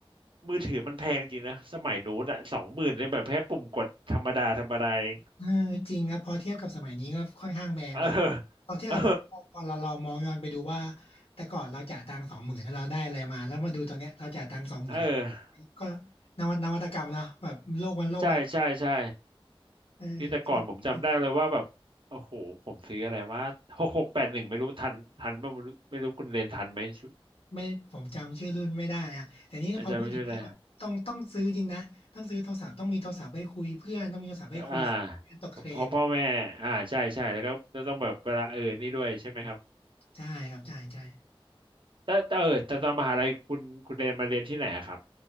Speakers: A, on the right; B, on the left.
A: มือถือมันแพงจริงนะสมัยนู้นอะสองหมื่นเลยแบบแค่ปุ่มกดธรรมดาธรรมดาเอง
B: เออจริงครับพอเทียบกับสมัยนี้ก็ค่อนข้างแพงครับ
A: เออ
B: พอเทียบกับแบบพอเราเรามองย้อนไปดูว่า
A: เออ
B: แต่ก่อนเราจ่ายตังค์สองหมื่นแล้วเราได้อะไรมาแล้วมาดูตอนเนี้ยเราจ่ายตังค์สองหมื่นแล้ว
A: เออ
B: ก็นวัตนวัตกรรมเนาะแบบโลกมันโลกมัน
A: ใช่ใช่ใช่
B: เออคือคือ
A: ที่แต่ก่อนผมจำได้เลยว่าแบบโอ้โหผมซื้ออะไรว่าหกหกแปดหนึ่งไม่รู้ทันทันป่ะไม่รู้ไม่รู้คุณเรนทันไหมชุด
B: ไม่ผมจำชื่อรุ่นไม่ได้อะแต่นี่พอพูดถึงเนี้ยแบบต้องต้องซื้อจริงนะต้องซื้อโทรศัพท์ต้องมีโทรศัพท์ไปคุยเพื่อนต้องมีโทรศัพท์ไปคุย
A: อาจารย์ไม่ช่วยแล อ่า
B: ตกเทรน
A: เพราะพ่อแม่อ่าใช่ใช่แล้วก็จะต้องแบบเวลาเออนี่ด้วยใช่ไหมครับ
B: ใช่ครับใช่ใช่
A: แต่แต่เออแต่ตอนมหาลัยคุณคุณเรียนมาเรียนที่ไหนอะครับ